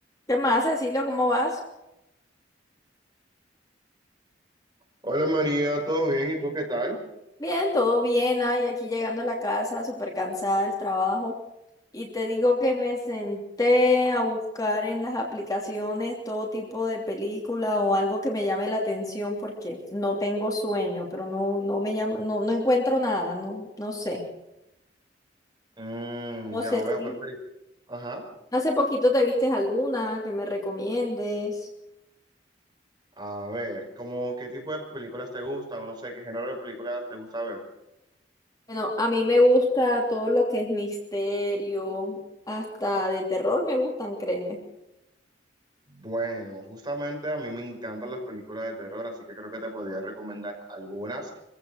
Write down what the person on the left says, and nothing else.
¿Qué más, Cecilio? ¿Cómo vas?
Bien, todo bien. Ay, aquí llegando a la casa, súper cansada del trabajo. Y te digo que me senté a buscar en las aplicaciones todo tipo de película o algo que me llame la atención porque no tengo sueño, pero no, no me llama, no, no encuentro nada, no, no sé.
No
sé
si
hace poquito te vistes alguna que me recomiendes.
Bueno, a mí me gusta todo lo que es misterio, hasta de terror me gustan, créeme.